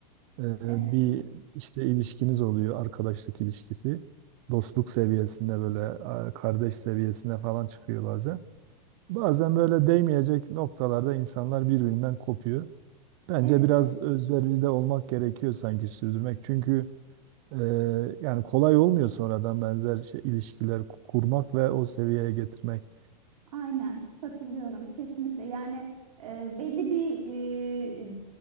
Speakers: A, on the right; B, on the right.
A: e,
B: Evet,
A: bir işte ilişkiniz oluyor, arkadaşlık ilişkisi. Dostluk seviyesinde böyle a- kardeş seviyesine falan çıkıyor bazen. Bazen böyle değmeyecek noktalarda insanlar birbirinden kopuyor. Bence
B: evet,
A: biraz özverili de olmak gerekiyor sanki sürdürmek. Çünkü ee, yani kolay olmuyor sonradan benzer şey, ilişkiler ku- kurmak ve o seviyeye getirmek.
B: Aynen katılıyorum kesinlikle. Yani e, belli bir e,